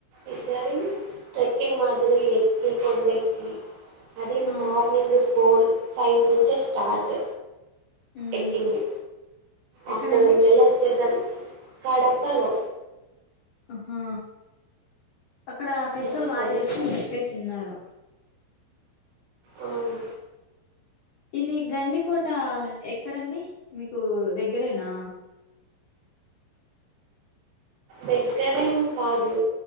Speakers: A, on the right; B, on the left.
A: ఈసారి ట్రెకింగ్ మాద్ ఇ ఎక్కీ కొండెక్కి అది
B: ఆ
A: మార్నింగ్ ఫోర్ ఫైవ్ నుంచే స్టార్ట్
B: ఉమ్
A: ఎక్కీంది
B: ఎక్కడండి
A: ఆఫ్టర్నూన్ కెళ్ళి వచ్చేద్దంలే కడపలో
B: ఆహా అక్కడ ఫెస్టివల్
A: బాగుంది
B: బాగా
A: అది
B: చేస్తరు
A: కూడా
B: అని చెప్పేసిన్నారు
A: అవును
B: ఇది గండికోట ఎక్కడండి మీకు దగ్గరేనా
A: దగ్గరేం కాదు